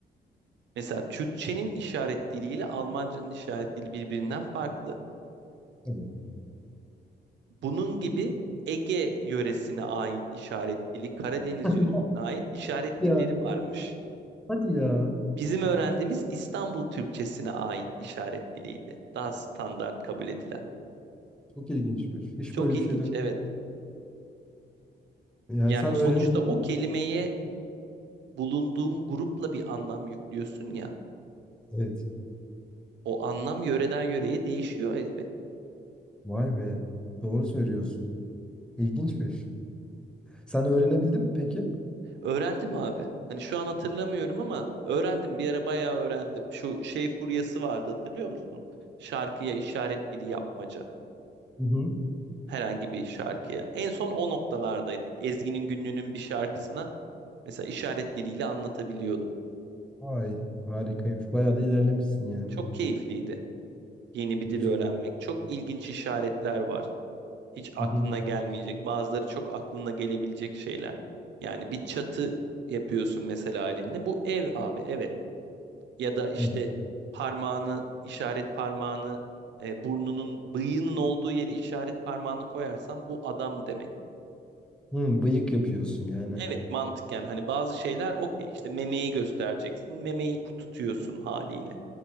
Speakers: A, on the right; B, in the centre.
A: Mesela Türkçenin işaret diliyle Almancanın işaret dili birbirinden farklı.
B: hı.
A: Bunun gibi Ege yöresine ait işaret dili, Karadeniz
B: <laughs>
A: yöresine ait işaret
B: Ya
A: dilleri varmış.
B: hadi ya.
A: Bizim öğrendiğimiz İstanbul Türkçesine ait işaret diliydi. Daha standart kabul edilen.
B: Çok ilginçmiş. Hiç
A: Çok
B: böyle bir
A: ilginç,
B: şey de
A: evet.
B: yani
A: Yani
B: sen
A: sonuçta
B: öğrenebildin.
A: o kelimeye bulunduğun grupla bir anlam yüklüyorsun ya.
B: Evet.
A: O anlam yöreden yöreye değişiyor elbet.
B: Vay be. Doğru söylüyorsun. İlginçmiş. Sen öğrenebildin mi peki?
A: Öğrendim abi. Hani şu an hatırlamıyorum ama öğrendim. Bir ara bayağı öğrendim. Şu şey furyası vardı hatırlıyor musun? Şarkıya işaret dili yapmaca.
B: Hı hı.
A: Herhangi bir şarkıya. En son o noktalardaydık. Ezgi'nin Günlü'nün bir şarkısına mesela işaret diliyle anlatabiliyordum.
B: Ay harikaymış. Bayağı da ilerlemişsin yani.
A: Çok keyifliydi. Yeni bir
B: Güzel.
A: dil öğrenmek. Çok ilginç işaretler var. Hiç aklına
B: Hı hı.
A: gelmeyecek. Bazıları çok aklına gelebilecek şeyler. Yani bir çatı yapıyorsun mesela elinle. Bu ev abi, evet. ya da işte
B: Hı hı.
A: parmağını işaret parmağını e, burnunun bıyığının olduğu yere işaret parmağını koyarsan bu adam demek.
B: Hı, bıyık yapıyorsun yani.
A: Evet mantıken yani hani bazı şeyler okey işte memeyi göstereceksin memeyi tutuyorsun haliyle.